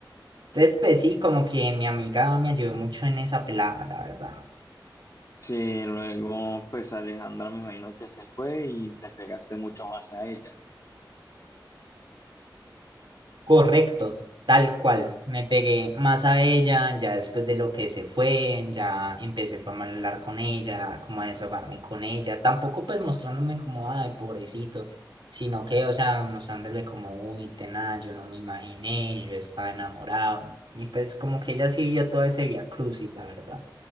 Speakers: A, on the right; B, on the left.
A: Entonces, pues sí, como que mi amiga me ayudó mucho en esa pelada, la verdad.
B: Sí, luego pues Alejandra me imagino que se fue y te pegaste mucho más a ella.
A: Correcto, tal cual. Me pegué más a ella, ya después de lo que se fue, ya empecé fue, a hablar con ella, como a desahogarme con ella. Tampoco pues mostrándome como, ay, pobrecito, sino que, o sea, mostrándole como, uy, tenaz, yo no me imaginé, yo estaba enamorado. Y pues como que ella sí vio todo ese vía crucis, la verdad.